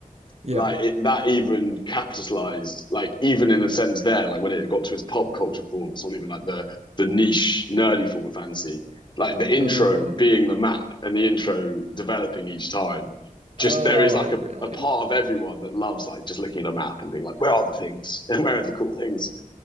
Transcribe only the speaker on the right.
Yeah.
Oh,
oh,
really?